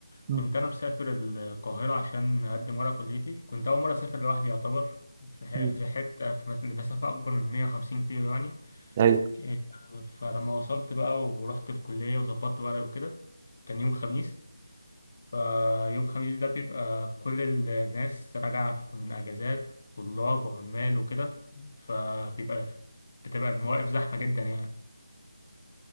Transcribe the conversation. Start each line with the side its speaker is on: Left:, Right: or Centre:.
Right: مم،
Left: كنت أنا مسافر القاهرة عشان أقدم ورق كليتي كنت أول مرة أسافر لوحدي يعتبر في ح-
Right: مم،
Left: في حتة في مس- لمسافة أكبر من 150 كيلو يعني
Right: ايوه
Left: إيه، فلما وصلت بقى ورحت الكلية وظبطت ورق وكده كان يوم خميس فيوم خميس ده بيبقى كل الناس راجعة في- من أجازات طلاب وعمال وكده فبيبقى بتبقى المواقف زحمة جدا يعني